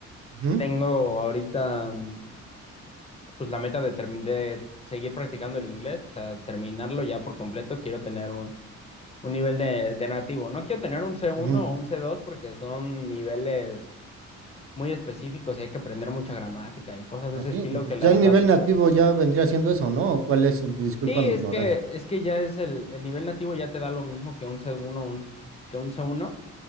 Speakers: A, on the right (about 50°); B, on the left (about 20°).
A: Ujú,
B: Tengo ahorita mm, pues la meta de, term- de seguir practicando el inglés, o sea, terminarlo ya por completo. Quiero tener un, un nivel de, de nativo. No quiero tener un c uno
A: ujú.
B: o un c dos porque son niveles muy específicos y hay que aprender mucha gramática y cosas de
A: Así,
B: ese estilo
A: pues
B: que la
A: ya
B: verdad...
A: el nivel nativo ya vendría siendo eso, ¿no? ¿O cuál es? Disculpa
B: Sí,
A: mi
B: es
A: ignorancia.
B: que, es que ya es el, el nivel nativo ya te da lo mismo que un c uno, un, que un c uno.